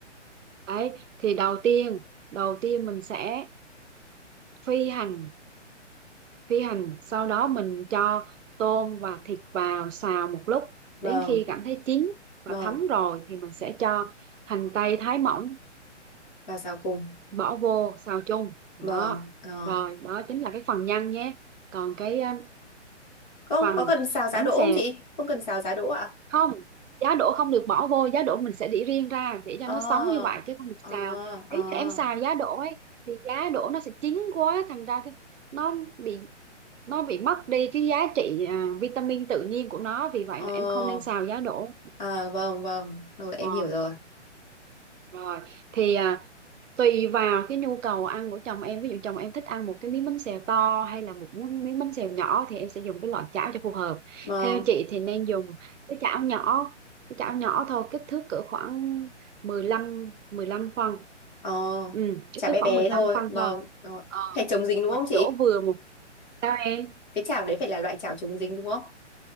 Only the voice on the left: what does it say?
vâng,
vâng.
Và xào cùng.
Vâng, ờ.
Ô,
có cần xào giá
đỗ
không chị? Không cần xào giá đỗ ạ?
Ờ,
ờ,
ờ.
Ờ,
à vâng vâng, rồi em
hiểu rồi.
Vâng,
ờ,
chả
bé
bé
thôi.
Vâng,
rồi.
Phải chống dính đúng
không chị?
Cái chảo đấy phải là loại chảo chống dính đúng không?